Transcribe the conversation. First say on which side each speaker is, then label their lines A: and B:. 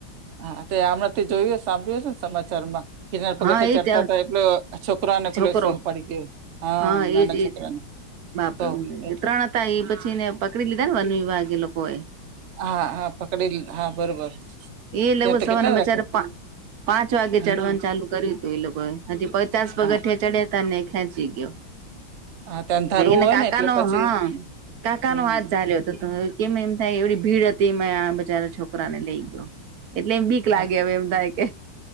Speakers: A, on the right; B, on the right.
A: હા તે હમણાંથી જોયું સાંભળ્યું હશે ને સમાચાર માં ગિરનાર પગથીયા
B: હા એજ
A: ચડતા હતા એટલે આ છોકરા ને
B: છોકરો
A: પહેલો સિંહ ઉપાડી ગયો
B: હા
A: નાના
B: એજ એજ
A: છોકરાને
B: બાપ
A: તો એટલે
B: ત્રણ એ પછી ને પકડી લીધા ને વન વિભાગ એ લોકો એ
A: હા હા પકડી લ- હા બરોબર
B: હ એ લેવું
A: ત્યાં તો
B: સવાના
A: કેટલા
B: બચારે
A: રખ
B: પાંચ વાગે
A: હમ
B: ચડવાનું ચાલુ કર્યું હતું એ લોકોએ હજી પચાસ પગઠિયા
A: હા
B: ચડ્યા તા ને ખેંચી ગ્યો.
A: હા તે અંધારું
B: એને
A: હોય
B: કાકાનો
A: ને એટલે પછી
B: હા કાકાનો
A: હમ
B: હાથ ઝાલ્યો તો. કેમ એમ થાય એવડી ભીડ હતી મે આ બચારા છોકરાને લઈ ગયો એટલે બી લાગેવે
A: હા તે-
B: એમ થાય કે